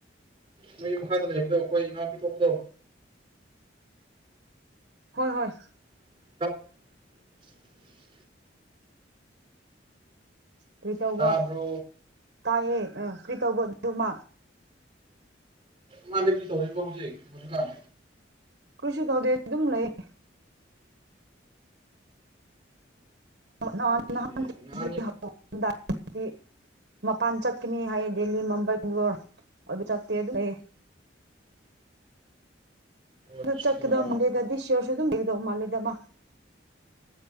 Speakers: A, on the right; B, on the right.
A: ꯅꯩ ꯃꯈꯥꯗ ꯂꯩꯕꯗꯣ ꯑꯩꯈꯣꯏ ꯏꯅꯥꯎ ꯄꯤ ꯊꯣꯛꯄꯗꯣ
B: ꯍꯣꯏ ꯍꯣꯏ
A: <unintelligible> <inaudible>
B: ꯀꯔꯤ ꯇꯧꯕ
A: ꯇꯥꯕ꯭ꯔꯣ
B: ꯇꯥꯏꯌꯦ ꯑ ꯀꯔꯤ ꯇꯧꯕ ꯑꯗꯨꯃ
A: ꯃꯥꯗꯤ ꯀꯔꯤ ꯇꯧꯔꯤꯕꯣ ꯍꯧꯖꯤꯛ ꯍꯧꯖꯤꯛꯀꯥꯟ
B: ꯀꯩꯁꯨ ꯇꯧꯗꯦ ꯑꯗꯨꯝ ꯂꯩꯌꯦ ꯅꯍꯥꯟ
A: ꯑꯣꯀꯦ
B: <unintelligible>
A: ꯅꯍꯥꯟ
B: ꯃꯄꯥꯟ ꯆꯠꯀꯅꯤ ꯍꯥꯏꯌꯦ ꯗꯦꯜꯂꯤ ꯃꯝꯕꯥꯏ ꯕꯦꯡꯒꯂꯣꯔ ꯑꯗꯨ ꯆꯠꯇꯦ ꯑꯗꯨ ꯑꯩ
A: ꯑꯠꯆꯥ
B: ꯑꯗꯨ ꯆꯠꯀꯗꯧ ꯃꯟꯗꯦꯗ ꯗꯤꯁ ꯌꯤꯔꯁꯨ ꯑꯗꯨꯝ ꯂꯩꯒꯗꯧ ꯃꯥꯜꯂꯤꯗ ꯃꯥ